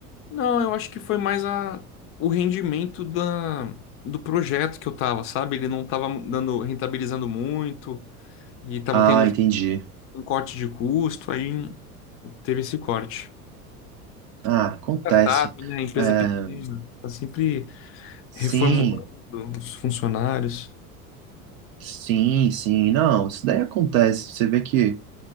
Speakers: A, on the left (about 30°); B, on the right (about 60°).
A: Não, eu acho que foi mais a, o rendimento da, do projeto que eu tava, sabe? Ele não tava dando, rentabilizando muito e tava
B: Ah,
A: tendo
B: entendi.
A: um corte de custo, aí teve esse corte.
B: Ah, acontece.
A: Startup, né? Empresa
B: É,
A: pequena, tá sempre
B: sim,
A: reformulando os funcionários.
B: sim, sim. Não, isso daí acontece. Você vê que.